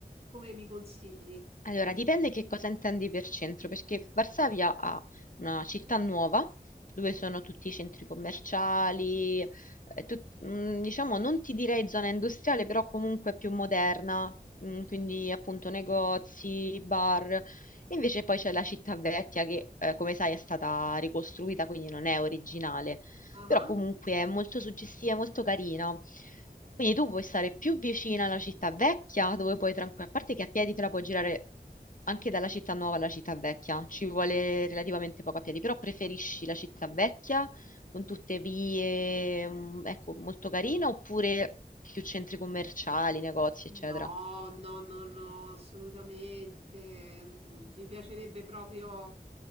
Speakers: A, on the right; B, on the left.
A: come mi consigli?
B: Allora, dipende che cosa intendi per centro, perché Varsavia ha una città nuova dove sono tutti i centri commerciali, eh, tut- mm, diciamo non ti direi zona industriale, però comunque più moderna, mm, quindi appunto negozi, bar. E Invece poi c'è la città vecchia che, eh, come sai, è stata ricostruita, quindi non è originale
A: Ah.
B: però comunque è molto suggestiva, è molto carina. Quindi tu puoi stare più vicina alla città vecchia, dove puoi tranquilla, a parte che a piedi te la puoi girare anche dalla città nuova alla città vecchia, ci vuole relativamente poco a piedi, però preferisci la città vecchia con tutte vie, mm, ecco, molto carina, oppure più centri commerciali, negozi, eccetera.
A: No, no, no, no, assolutamente. Mm, Mi piacerebbe proprio